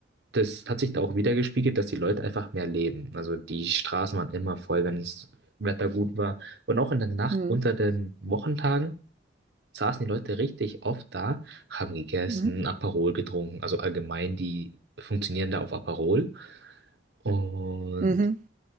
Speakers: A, on the right (about 70°); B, on the right (about 45°).
A: das hat sich da auch wieder gespiegelt, dass die Leute einfach mehr leben. Also die Straßen waren immer voll, wenn das Wetter gut war. Und auch in der Nacht
B: <laughs>
A: unter den Wochentagen saßen die Leute richtig oft da, haben gegessen,
B: Hm.
A: Aperol getrunken, also allgemein, die funktionieren da auf Aperol. Und
B: Mhm.